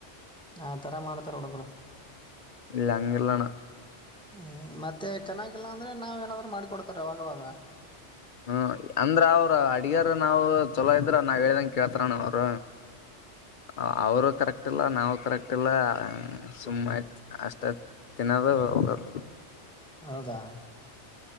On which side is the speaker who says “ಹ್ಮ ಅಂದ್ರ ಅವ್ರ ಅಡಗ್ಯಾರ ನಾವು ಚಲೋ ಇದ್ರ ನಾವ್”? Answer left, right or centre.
Left